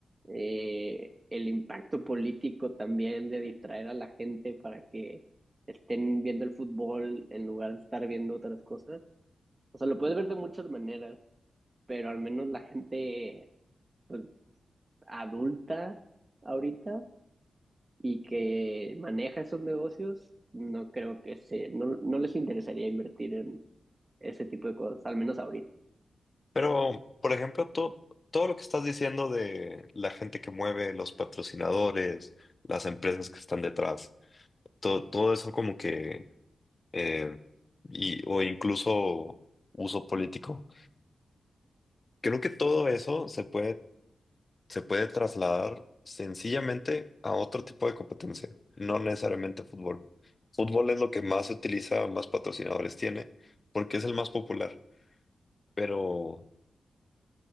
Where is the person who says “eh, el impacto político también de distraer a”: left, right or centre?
Right